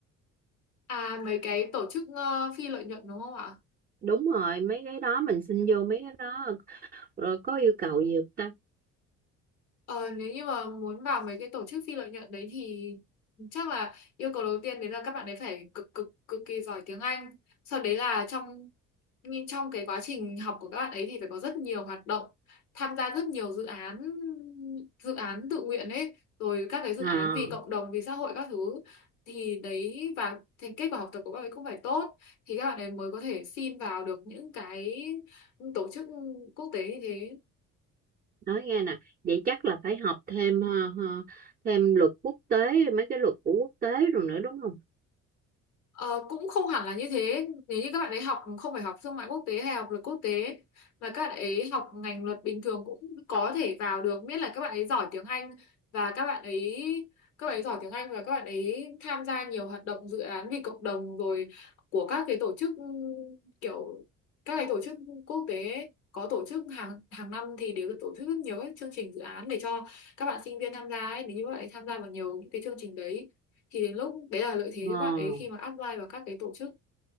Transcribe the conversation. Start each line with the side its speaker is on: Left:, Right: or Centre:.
Left: À mấy cái tổ chức ờ, phi lợi nhuận đúng không ạ?
Right: đúng rồi mấy cái đó mình xin vô mấy cái đó rồi có yêu cầu gì không ta
Left: Ờ, nếu như mà muốn vào mấy cái tổ chức phi lợi nhuận đấy thì chắc là yêu cầu đầu tiên đấy là các bạn ấy phải cực cực cực kỳ giỏi tiếng Anh. Sau đấy là trong nhưng trong cái quá trình học của các bạn ấy thì phải có rất nhiều hoạt động, tham gia rất nhiều dự án dự án tự nguyện ấy, rồi các cái dự
Right: à
Left: án vì cộng đồng, vì xã hội các thứ thì đấy và thành kết quả học tập của các bạn ấy cũng phải tốt thì các bạn ấy mới có thể xin vào được những cái tổ chức quốc tế như thế
Right: nói nghe nè vậy chắc là phải học thêm ờ, ờ, thêm luật quốc tế mấy cái luật của quốc tế rồi nữa đúng không
Left: Ờ, cũng không hẳn là như thế nếu như các bạn ấy học không phải học thương mại quốc tế hay học luật quốc tế mà các bạn ấy học ngành luật bình thường cũng có thể vào được miễn là các bạn ấy giỏi tiếng Anh và các bạn ấy các bạn ấy giỏi tiếng Anh và các bạn ấy tham gia nhiều hoạt động dự án vì cộng đồng rồi của các cái tổ chức ừm, kiểu các cái tổ chức quốc tế ấy, có tổ chức hàng hàng năm thì đều được tổ chức rất nhiều các chương trình dự án để cho các bạn sinh viên tham gia ấy nếu như các bạn ấy tham gia vào nhiều những cái chương trình đấy thì đến lúc đấy là lợi thế
Right: ờ
Left: cho các bạn ấy khi mà apply vào các cái tổ chức